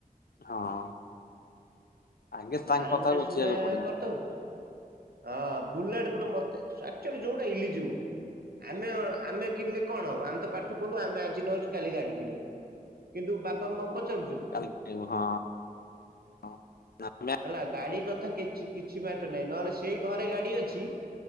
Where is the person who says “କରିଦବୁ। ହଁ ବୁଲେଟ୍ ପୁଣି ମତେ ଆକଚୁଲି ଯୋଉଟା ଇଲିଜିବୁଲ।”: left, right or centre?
Right